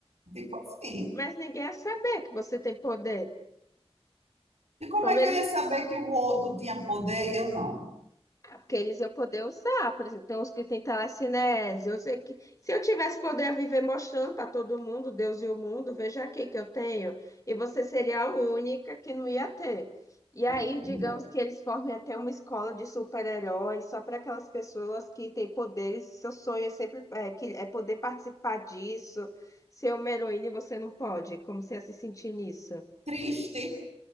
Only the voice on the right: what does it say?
Tipo assim.
E como
é que
eu ia saber que o outro tinha poder e eu não?
Olha,
triste.